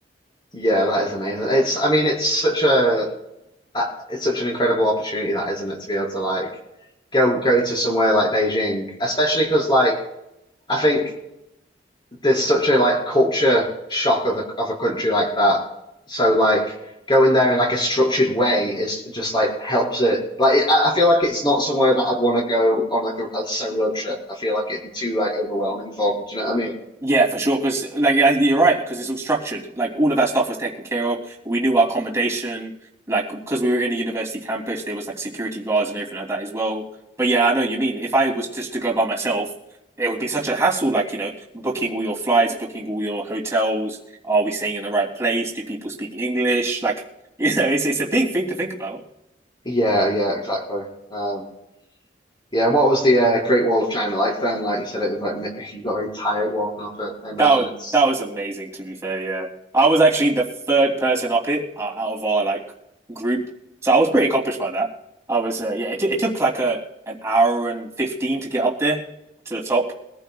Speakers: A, on the left; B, on the right.
A: yeah, that is amazing. It's I mean it's such a uh, it's such an incredible opportunity that isn't it to be able to like go go to somewhere like Beijing, especially because like I think there's such a like culture shock of a of a country like that. So like going there in like a structured way is just like helps it. Like I, I feel like it's not somewhere that I'd want to go on like a, a solo trip. I feel like it'd be too like overwhelming for me. Do you know what I mean?
B: Yeah, for sure. Because like yeah, you're right. Because it's all structured. Like all of that stuff was taken care of. We knew our accommodation. Like because we were in a university campus, there was like security guards and everything like that as well. But yeah, I know what you mean. If I was just to go by myself, it would be such a hassle. Like you know, booking all your flights, booking all your hotels. Are we staying in the right place? Do people speak English? Like <laughs> you know, it's it's a big thing to think about.
A: Yeah, yeah, exactly. Um, yeah, what was the uh, Great Wall of China like then? Like you said, it was like mi- <laughs> you got very tired walking up it. I imagine
B: That was,
A: it's
B: that was amazing. To be fair, yeah, I was actually the third person up it uh, out of our like group, so I was pretty accomplished by that. I was, uh, yeah, it, it took like a an hour and fifteen to get up there to the top.